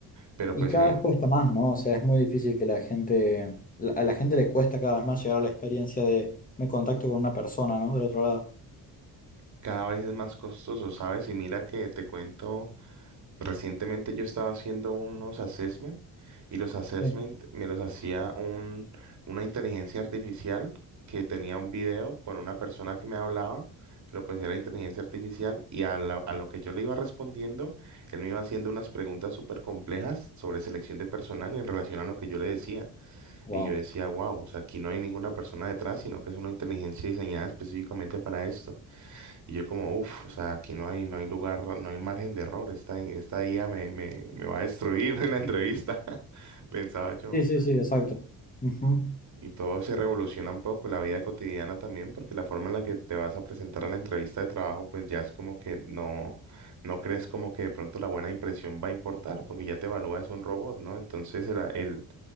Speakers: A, on the right; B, on the left.
A: pero
B: Y
A: pues
B: cada
A: se ven
B: vez cuesta más, ¿no? O sea, es muy difícil que la gente, la- a la gente le cuesta cada vez más llegar a la experiencia de me contacto con una persona, ¿no? Del otro lado.
A: cada vez es más costoso, ¿sabes? Y mira que te cuento. Recientemente yo estaba haciendo unos assessment y los assessment
B: Sí.
A: me los hacía un, una inteligencia artificial que tenía un video con una persona que me hablaba, pero pues era inteligencia artificial y a, la- a lo que yo le iba respondiendo, él me iba haciendo unas preguntas súper complejas sobre selección de personal en relación a lo que yo le decía.
B: Wow.
A: Y yo decía, wow, o sea, aquí no hay ninguna persona detrás, sino que es una inteligencia diseñada específicamente para esto. Y yo como, uff, o sea, aquí no hay, no hay lugar, no hay margen de error, esta, esta IA me, me, me va a destruir <laughs> en la entrevista, <laughs> pensaba yo.
B: Sí, sí, sí, exacto. Ujú.
A: Y todo se revoluciona un poco, la vida cotidiana también, porque la forma en la que te vas a presentar a la entrevista de trabajo, pues ya es como que no, no crees como que de pronto la buena impresión va a importar, porque ya te evalúa es un robot, ¿no? Entonces el, el,